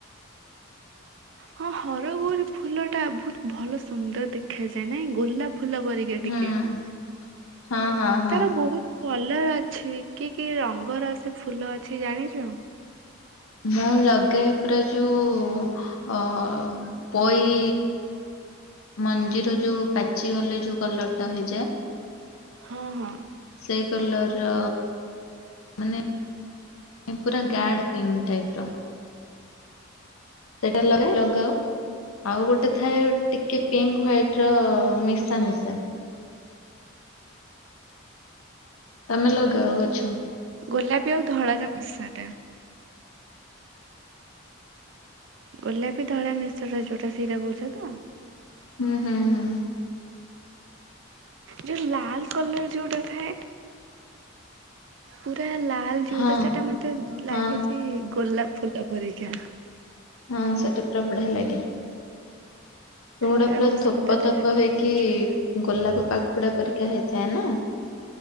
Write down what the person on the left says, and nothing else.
ହୁଁ। ହଁ ହଁ ହଁ
ମୁଁ ଲଗେଇ ପୁରା ଯୋଉ ଅ ପୋଇ ମଞ୍ଜିର ଯୋଉ ପାଚି ଗଲେ ଯୋଉ କଲର ଟା ହେଇଯାଏ। <inaudible>
ସେଇ କଲର। ମାନେ ପୁରା ଗଆଡ ପିଙ୍କ ଟାଇପ ର। ସେଟା ଲଗାଅ। ଆଉ ଗୋଟେ ଥାଏ ଟିକେ ପିଙ୍କ ହ୍ଵାଇଟ ର ମିଶା ମିଶା। ତମେ ଲଗାଅ ଗଛ।
ହୁଁ ହୁଁ ହୁଁ।
ହଁ
ହଁ
ହଁ, ସେଟା ପୁରା ବଢିଆ ଲାଗେ। ଯୋଉ ଗୁଡ଼ା
ପୁରା
ଥୋପ
ଥୋପ ହେଇକି
ଗୋଲାପ ପାଖଡା ପରିକା ହେଇଥାଏ ନା।